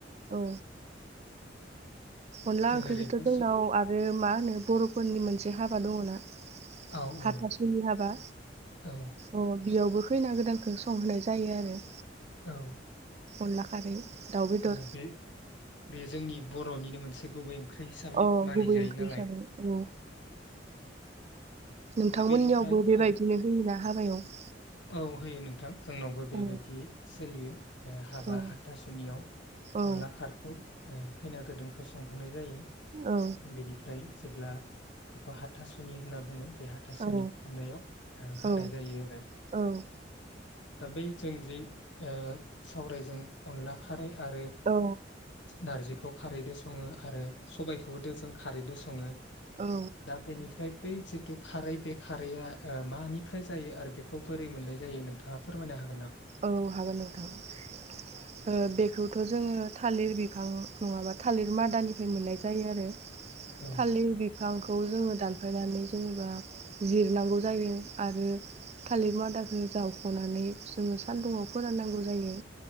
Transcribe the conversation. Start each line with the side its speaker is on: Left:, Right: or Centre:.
Right: औ अनला
Left: जों
Right: ओंख्रिखौथ'
Left: ओरैनोथ'
Right: जोंनाव
Left: सु-
Right: आरो मा होनो बर'फोरनि मोनसे हाब बा दङोना?
Left: औ
Right: हाथा
Left: औ
Right: सुलि हाबा
Left: औ
Right: अ बेयावबो खैना गोदानखौ संहोनाय जायो आरो।
Left: औ
Right: अनला खारै। दाउ बेदर
Left: औ बे बे जोंनि बर'निनो मोनसे गुबै ओंख्रि हिसाबै
Right: अ
Left: मानिजायो
Right: गुबै ओंख्रि
Left: नालाय
Right: हिसाबै औ नोंथांमोननियावबो
Left: दा बेनिफ्राय
Right: बेबायदिनो
Left: ओ
Right: होयोना हाबायाव <inaudible>
Left: औ होयो नोंथां जोंनावबो बेबायदि
Right: औ
Left: सोलियो ओ हाबा
Right: औ
Left: हाथासुनियाव
Right: औ
Left: अनला खारै। ओ खैना गोदानखौ संहोनाय जायो।
Right: औ
Left: बेनिफ्राय जेब्ला बेखौ हाथासुनि होनना बुङो बे हाथासुनि
Right: औ
Left: खुरनायाव ओ होनाय
Right: औ
Left: जायो आरो।
Right: औ
Left: दाब बै जों जि ओ सावरायजों अनला खारै आरो
Right: औ
Left: नारजिखौ खारैजों सङो आरो सबायखौबो खारैजों सं सङो।
Right: औ
Left: दा बेनिफ्राय बै जिद थु खारै बे खारैआ ओ मानिफ्राय जायो आरो बे खौ बोरै मोननाय जायो नोंथाङा फोरमायनो हा
Right: औ हागोन नोंथां ओ बेखौथ' जोङो थालिर बिफां नङाबा थालिर मादानिफ्राय मोननाय जायो आरो
Left: औ
Right: थालिर बि बिफांखौ जोङो दानफायनानै जेनेबा जिरनांगौ जायो आरो थालिर मादाखो जावख'नानै जोङो सान्दुंआव फोराननांगौ जायो।